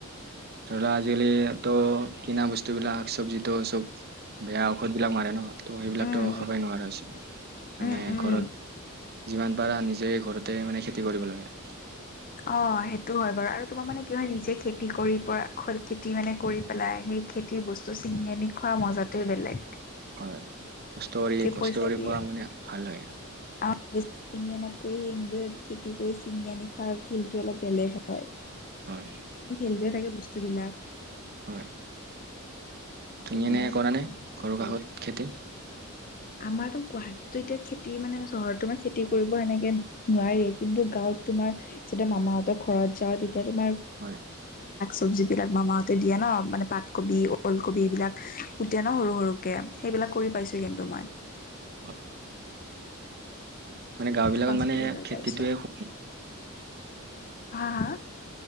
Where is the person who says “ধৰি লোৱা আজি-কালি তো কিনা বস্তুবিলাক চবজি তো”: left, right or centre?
Right